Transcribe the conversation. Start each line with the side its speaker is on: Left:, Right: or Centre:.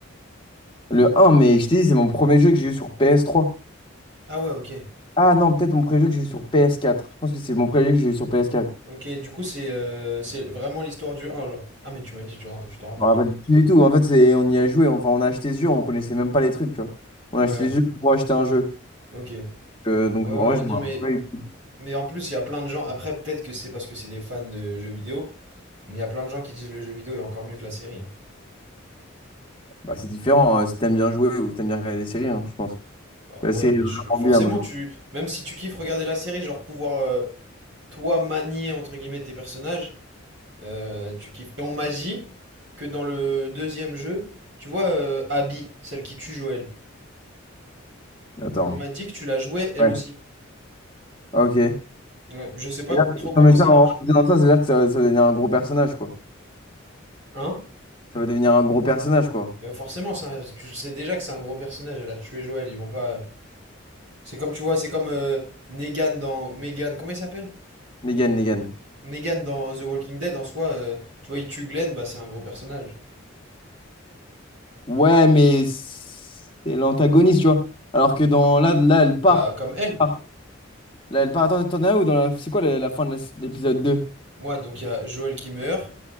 Left: Le un mais je t'ai dit, c'est mon premier jeu que j'ai eu sur PS3.
Right: Ah ouais, OK.
Left: Ah non, peut-être mon premier jeu que j'ai eu sur PS4. Je pense que c'est mon premier jeu que j'ai eu sur PS4.
Right: OK, du coup c'est euh, c'est vraiment l'histoire du un genre. Ah mais tu m'as dit tu, tu t'en rappelles
Left: Je me rappelle
Right: plus.
Left: plus du tout. En fait, c'est, on y a joué. Enfin, on a acheté ce jeu, on connaissait même pas les trucs, tu vois. On a
Right: Ouais.
Left: acheté ce jeu pour acheter un jeu.
Right: Ok. Ouais,
Left: Euh, donc,
Right: ouais,
Left: en vrai, je
Right: non,
Left: me rappelle
Right: mais,
Left: pas du tout.
Right: mais en plus, il y a plein de gens. Après, peut-être que c'est parce que c'est des fans de jeux vidéo, mais il y a plein de gens qui disent le jeu vidéo est encore mieux que la série. hein.
Left: Bah, c'est différent hein, si t'aimes bien jouer ou si t'aimes bien regarder des séries, hein, je pense.
Right: Bah
Left: La
Right: ouais,
Left: série
Right: mais
Left: est vraiment
Right: je- forcément,
Left: bien, mec.
Right: tu, même si tu kiffes regarder la série, genre pouvoir, euh, toi, manier, entre guillemets, tes personnages, euh, tu kiffes. Et on m'a dit que dans le deuxième jeu, tu vois, euh, Abby, celle qui tue Joël,
Left: Attends.
Right: on m'a dit que tu la jouais elle
Left: Ouais.
Right: aussi.
Left: Ah, Ok. C'est-à-dire
Right: Ouais, je sais pas
Left: que-
Right: trop comment
Left: non, mais
Right: ça
Left: ça,
Right: marche.
Left: en
Right: Hein?
Left: disant ça, c'est-à-dire que ça, ça va devenir un gros personnage, quoi.
Right: Hein
Left: Ça va devenir un gros personnage, quoi.
Right: Bah forcément, ça, tu le sais déjà que c'est un gros personnage, elle a tué Joël, ils vont pas. C'est comme, tu vois, c'est comme euh, Negan dans. Megan, comment il s'appelle?
Left: Negan, Negan.
Right: Negan dans The Walking Dead, en soi, euh, tu vois, il tue Glenn, bah c'est un gros personnage.
Left: Ouais, mais c'est l'antagoniste, tu vois. Alors que dans là, là, elle part.
Right: Bah, comme elle.
Left: Part. Là, elle part. Attends, t'en as un où dans la... C'est quoi la, la fin de la- l'épisode deux
Right: Moi, donc il y a Joel qui meurt.